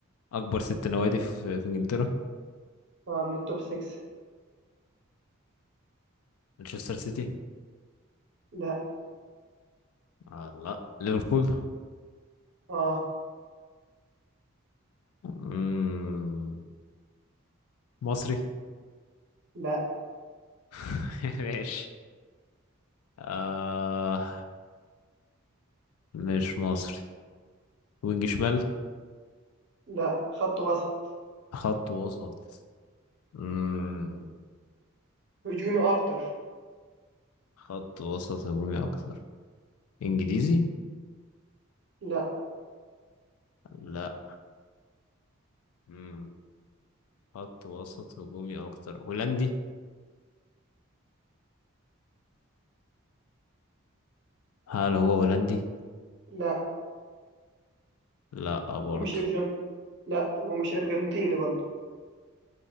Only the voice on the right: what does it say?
اه من التوب 6
لا
اه
لا
لا خط وسط
هجومي أكتر
لا
لا
ومش ارجن لا ومش ارجنتيني برضه